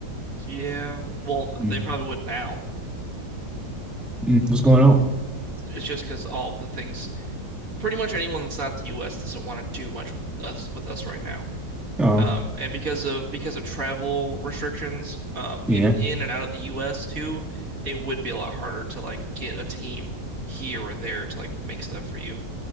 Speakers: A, on the right (about 50°); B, in the centre.
A: Yeah. Well,
B: Mhm.
A: they probably would now.
B: Mm, what's going on?
A: It's just because all of the things pretty much anyone that's not the US doesn't want to do much with us with us right now.
B: Oh,
A: Um, and because of because of travel restrictions, um,
B: yeah,
A: in in and out of the US too, it would be a lot harder to like get a team here or there to like make stuff for you.